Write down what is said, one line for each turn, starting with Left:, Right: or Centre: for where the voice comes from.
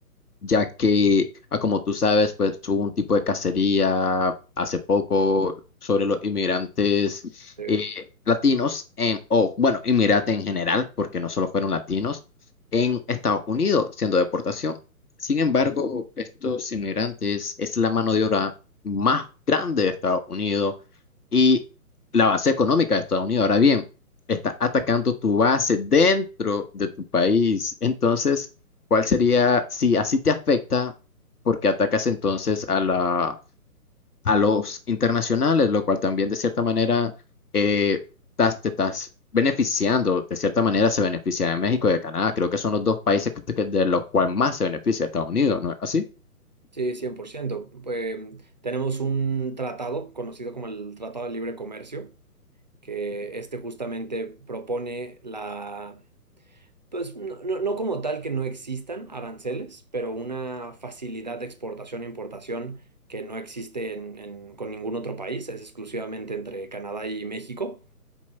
Left: ya que, ah, como tú sabes, pues hubo un tipo de cacería hace poco sobre los inmigrantes
Right: Sí,
Left: eh, latinos, en, o bueno, inmigrantes en general, porque no solo fueron latinos, en Estados Unidos, siendo deportación. Sin embargo, estos inmigrantes es la mano de obra más grande de Estados Unidos y la base económica de Estados Unidos. Ahora bien, está atacando tu base dentro de tu país. Entonces, ¿cuál sería, si así te afecta, porque atacas entonces a la, a los internacionales, lo cual también de cierta manera eh, estás- te estás beneficiando, de cierta manera se beneficia de México y de Canadá. Creo que son los dos países que- que- de los cuales más se beneficia Estados Unidos, ¿no es así?
Right: sí, 100%. Eh, tenemos un tratado conocido como el Tratado de Libre Comercio, que este justamente propone la, pues no, no- no como tal que no existan aranceles, pero una facilidad de exportación e importación que no existe en- en- con ningún otro país, es exclusivamente entre Canadá y México.